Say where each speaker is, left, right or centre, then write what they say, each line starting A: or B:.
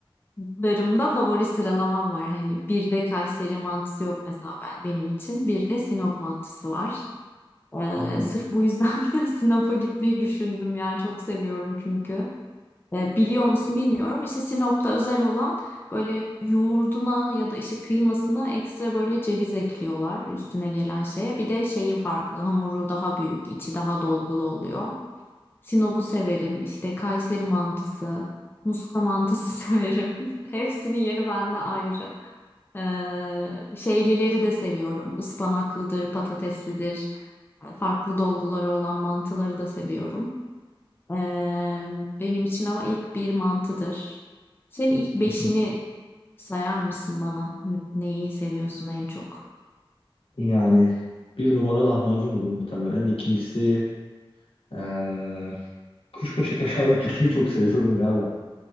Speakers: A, on the left (about 25°); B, on the left (about 80°).
A: larımda favori sıralamam var. Hani bir de Kayseri mantısı yok mesela ben, benim için. Bir de Sinop mantısı var.
B: Oo.
A: E, sırf bu yüzden <laughs> Sinop'a gitmeyi düşündüm yani çok seviyorum çünkü. E, biliyor musun bilmiyorum. İşte Sinop'ta özel olan böyle yoğurduna ya da işte kıymasına ekstra böyle ceviz ekliyorlar üstüne gelen şeye. Bir de şeyi farklı hamuru daha büyük, içi daha dolgulu oluyor. Sinop'u severim. İşte Kayseri mantısı, Muska mantısı <laughs> severim. Hepsinin yeri bende ayrı. Ee, şeylileri de seviyorum. Ispanaklıdır, patateslidir. Farklı dolguları olan mantıları da seviyorum. Ee, benim için ama ilk bir mantıdır. Senin ilk beşini
B: <laughs>
A: sayar mısın bana? N- Neyi seviyorsun en çok?
B: Yani bir numara lahmacun olur muhtemelen. İkincisi eee, kuşbaşı kaşarlı <laughs> pideyi çok seviyorum ya ben.